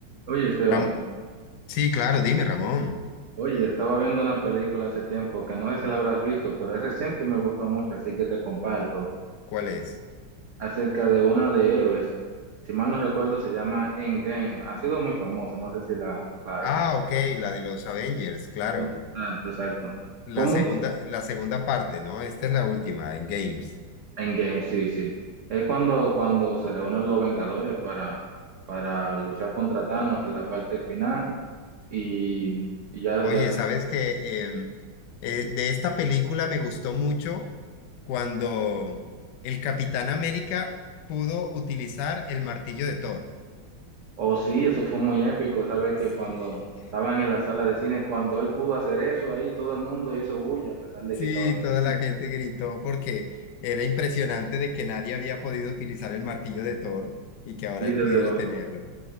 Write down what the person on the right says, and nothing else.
Oye, Esteban,
oye, estaba viendo una película hace tiempo que no sé si la habrás visto, pero es reciente y me gustó mucho, así que te comparto
acerca de una de héroes. Si mal no recuerdo, se llama Endgame. Ha sido muy famosa, no sé si la, la has
Sí, Exacto, exacto.
Fue muy
Endgame, sí, sí. Es cuando, cuando se reúnen los Vengadores para, para luchar contra Thanos en la parte final y, y ya,
ya
Oh, sí, eso fue muy épico, ¿sabes? Que
cuando estaban en la sala de cine, cuando él pudo hacer eso, ahí todo el mundo hizo bulla, a pesar de
que estaban...
en...
Sí,
desde
luego.